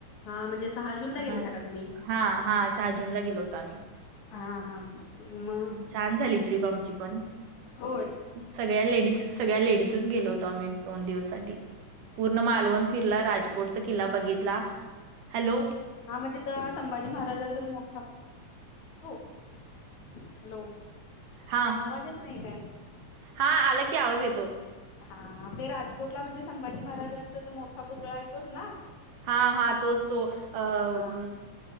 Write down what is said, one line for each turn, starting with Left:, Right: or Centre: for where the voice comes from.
Left: हा म्हणजे सहा जूनला गेलेला
Right: हा
Left: का तुम्ही
Right: हा हा सहा जूनला गेलो होता आम्ही.
Left: हा हा मग
Right: छान झाली ट्रिप आमची पण.
Left: होय
Right: सगळ्या लेडीज सगळ्या लेडीजच गेलो होतो आम्ही. दोन दिवस साठी पूर्ण मालवण फिरला राजकोटचा किल्ला बघितला हॅलो.
Left: हा म्हणजे तर संभाजी महाराजांचा मोठा तू. हॅलो
Right: हा
Left: आवाज येत नाही काय.
Right: हा आला की आवाज येतो.
Left: हा ते राजकोटला म्हणजे संभाजी महाराजांचा तर मोठा पुतळा येतोच ना.
Right: हा हा तोच तो अ
Left: हा
Right: म.